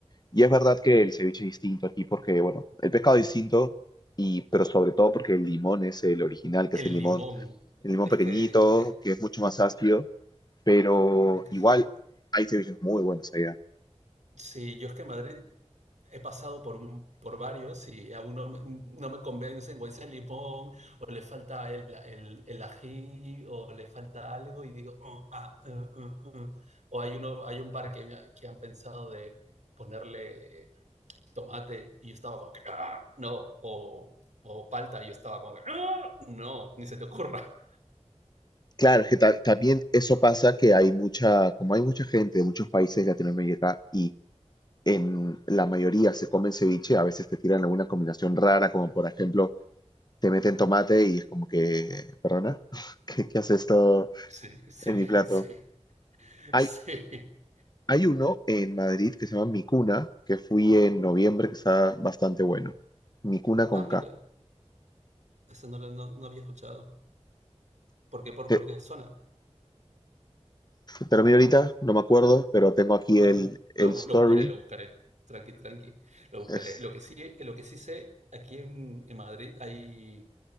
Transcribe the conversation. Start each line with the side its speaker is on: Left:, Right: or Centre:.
Left: Y es verdad que el ceviche es distinto aquí porque, bueno, el pescado es distinto, y, pero sobre todo porque el limón es el original, que
Right: El
Left: es el limón,
Right: limón,
Left: el limón
Right: es
Left: pequeñito,
Right: que, es,
Left: que es mucho más ácido, pero
Right: es que
Left: igual
Right: eso.
Left: hay ceviches muy buenos allá.
Right: Sí, yo es que en Madrid he pasado por, un, por varios y aún no, me- no me convencen, o ese limón, o le falta el, el, el ají, o le falta algo, y digo, "Oh, ah, eh, eh, eh". O hay, uno, hay un par que, me ha- que han pensado de ponerle tomate y yo estaba como que, "Ah, no, o, o palta y yo estaba como que, "Ah, no, ni se te ocurra.
Left: Claro, es que ta- también eso pasa que hay mucha, como hay mucha gente de muchos países de Latinoamérica y en la mayoría se comen ceviche, a veces te tiran alguna combinación rara, como por ejemplo te meten tomate y es como que, perdona, <laughs> ¿qué, qué hace esto
Right: Sí, sí,
Left: en mi
Right: <laughs>
Left: plato?
Right: sí,
Left: Hay,
Right: sí.
Left: Hay uno en Madrid que se llama Mi Cuna, que fui en noviembre, que está bastante bueno. Mi Cuna con
Right: Ah, mira,
Left: K.
Right: eso no lo no- no había escuchado. ¿Por qué? ¿Por,
Left: Te-
Right: por qué zona?
Left: termino ahorita, no me acuerdo, pero tengo aquí
Right: Vale,
Left: el, el
Right: lo,
Left: story.
Right: lo buscaré, lo buscaré. Tranqui, tranqui, lo buscaré.
Left: Es
Right: Lo que sí, lo que sí sé, aquí en, en Madrid hay,